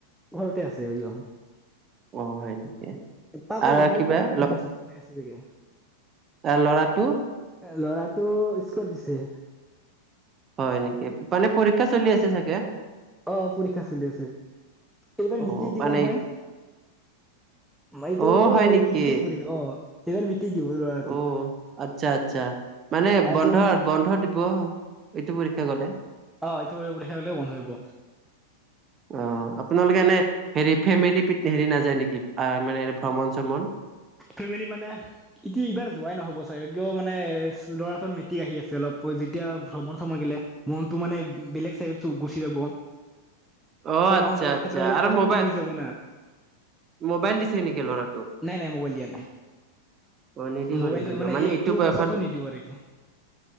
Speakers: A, in the centre; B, on the right.
A: ঘৰতে আছে সিও।
B: অ', হয় নেকি?
A: পাকঘৰত
B: আৰু কিবা ল
A: বস্তু বনাই আছে চাগে
B: এ ল'ৰাটো?
A: ল'ৰাটো স্কুলত দিছে।
B: হয় নেকি, মানে পৰীক্ষা চলি আছে চাগে?
A: অ', পৰীক্ষা চলি আছে, এইবাৰ
B: অ
A: মিট্ৰিক
B: মানে
A: দিব নহয়।
B: এত-
A: এইটো
B: অ
A: টো
B: হয়
A: উনিতেষ্ট
B: নেকি
A: পৰীক্ষা, অ', এইবাৰ মে মেট্ৰিক দিব ল'ৰাই।
B: অ', আচ্ছা আচ্ছা মানে
A: এইটো
B: বন্ধ বন্ধ দিব, এইটো পৰীক্ষা গ'লে।
A: অ', এইটো পৰীক্ষা গ'লেই বন্ধ দিব।
B: অ', আপোনালোকে এনে হেৰি ফেমিলি প হেৰি নাযাই নেকি, মানে ভ্ৰমণ-চ্ৰমণ?
A: ফেমেলি মানে এতিয়া এইবাৰ যোৱাই নহ'ব চাগে, কিয় মানে ল'ৰাটোৰ মেট্ৰিক আহি আছে অলপ, যেতিয়া ভ্ৰমণ-শ্ৰমণ গেলে মনটো মানে বেলেগ চাইডত গুচি যাব।
B: অ',
A: পঢ়া
B: আচ্ছা
A: শুনাৰ
B: আচ্ছা
A: ক্ষেত্ৰত অলপ
B: আৰু
A: অলপ
B: মবাইল,
A: কমি যাব না
B: মোবাইল দিছে নেকি ল'ৰাটোক?
A: নাই নাই ম'বাইল দিয়া নাই।
B: অ', নিদিব
A: মোবাইলটো
B: নিদিব মানে এইটো বয়সত
A: বছৰতো নিদিব আৰু